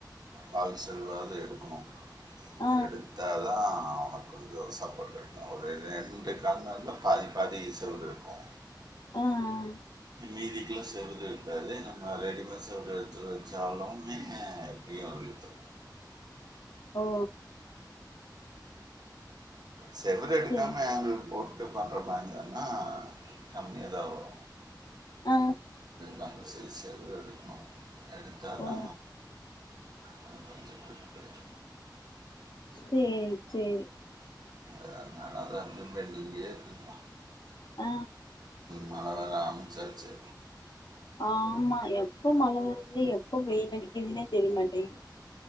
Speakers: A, on the right (about 65°); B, on the left (about 70°).
A: பாதி செவ்றாது எடுக்குணு
B: ஆ
A: எடுத்தாதா அவனுக் கொஞ்சோ ஒரு சப்போர்ட் கெடைக்கு ஒரு ரெண்டு கார்னர்ல பாதி பாதி செவ்ரு இருக்கோ
B: அ அ
A: மீதிக்குலா செவுரு இருக்காது நம்ம ரெடிமேட் செவுரு எத எடுத்து வெச்சாலுமே எப்படியு ஒழுவுது
B: ஓ
A: செவரு எடுக்காம
B: செரி
A: ஆங்கிள் போட் டு பண்ற மாரி இருந்துதுன்னா கம்மியா தா வரோ
B: ஆ
A: நம்ப சைடு செவுரு எடுக்கணோ எடுத்தாதா
B: ஓ
A: இன்னோ கொஞ்சோ ரிப்பேர்
B: சேரி சேரி
A: அதனால அதா அ பெண்டிங்கே இருக்
B: ஆ
A: மழ வேற ஆரம்ச்சாச்சு
B: ஆமா எப்ப மழ வருது எப்ப வெயில் அடிக்குதுனே தெரிமாட்டேங்குது